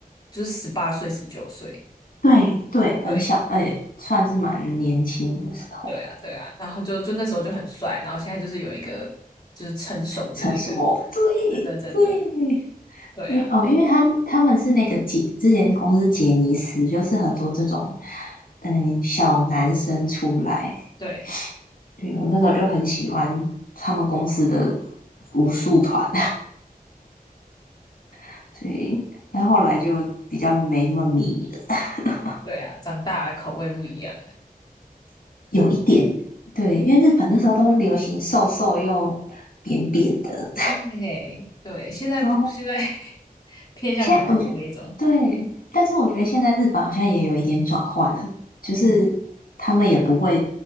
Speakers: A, on the left; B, on the left.
A: 就是十八岁、十九岁，
B: 对对，很小，
A: 对
B: 哎、算是蛮年轻的时候。
A: 对啊，对啊。然后就就那时候就很帅，然后现在就是有一个就是成熟的那个，
B: 城市魔对对，
A: 真的真的，对啊，
B: 因为哦，因为他他们是那个杰，之前公司杰尼斯，就是很多这种嗯小男生出来，
A: 对
B: 对我那时候就很喜欢他们公司的武术团，<laughs> 对，但后来就比较没那么迷了，
A: 对啊，长大了口味不一样了。
B: <laughs> 有一点，对，因为日本那时候都流行瘦瘦又扁扁的，
A: 对对，现在不现在
B: <laughs> 都
A: <laughs> 偏向韩国那种，
B: 现在我觉得对，但是我觉得现在日本好像也有一点转换了，就是他们也不会
A: 嗯